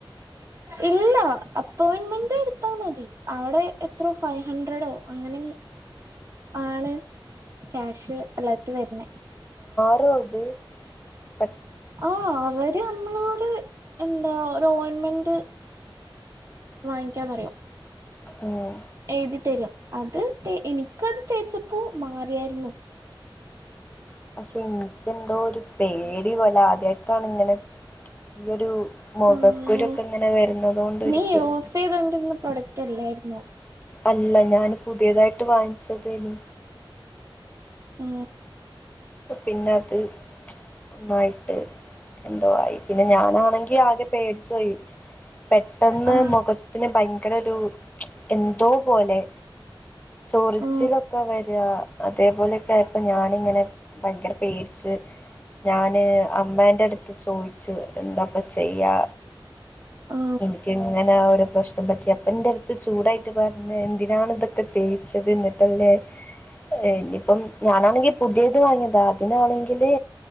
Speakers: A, on the right; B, on the left.
A: ഇല്ല അപ്പോയിൻന്മെന്റ് എടുത്താ മതി അവിടെ എത്രോ ഫൈ ഹൺഡ്രഡ് അങ്ങനെ എങ്ങോ ആണ് ക്യാഷ് അല്ലാത്ത വരണേ
B: അത് <unintelligible>
A: ആ അവര് ഇത് നമ്മളോട് എന്താ ഒരു ഓയിൻമെന്റ് വാങ്ങിക്കാപറയും
B: ഉം
A: എഴുതി തരും അത് എനിക്കത് തേച്ചപ്പോ മാറിയായിരുന്നു
B: <unintelligible> എന്തോ ഒരു പേടി പോലെ ആദ്യമായിട്ടാണ് ഇങ്ങനെ ഈ ഒരു മൊഖക്കുരുക്കെ
A: ഉം
B: ഇങ്ങനെ വരുന്നത കൊണ്ട്
A: നീ
B: ഒരു പേടി
A: യൂസ് ചെയ്തോണ്ടിരുന്ന പ്രൊഡക്റ്റ് അല്ലായിരുന്നോ
B: അല്ല ഞാൻ പുതിയതായിട്ട് വാങ്ങിച്ചതേനു
A: ആ
B: പിന്നെ അത് ന്തോ ആയിട്ട് ന്തോ ആയി പിന്നെ ഞാനാണെങ്കിൽ ആകെ പേടിച്ചോയി പെട്ടന്ന്
A: ആ
B: മുഖത്തിന് ഭയങ്കര ഒരു എന്തോ പോലെ ചൊറിച്ചിലൊക്കെ
A: ആ
B: വരാ അതേപോലൊക്കെയായപ്പോ ഞാൻ അങ്ങനെ ഭയങ്കര പേടിച്ച് ഞാന് അമ്മേന്റെ അടുത്ത് ചോയ്ച്ചു എന്താപ്പ ചെയ്യാ
A: ആ
B: എനിക്ക് ഇങ്ങനെ ഒരു പ്രശ്നം പറ്റി അപ്പന്റെ അടുത്ത് ചൂടായിട്ട് പറഞ്ഞ് എന്തി ന്തിനാണ് ഇതൊക്കെ തേച്ചത് എന്നിട്ടല്ലേ ഏഹ് ഇനീഇപ്പം ഞാനാണെങ്കിൽ പുതിയ ത് വാങ്ങിയതാ അതിനാണെങ്കി അതില്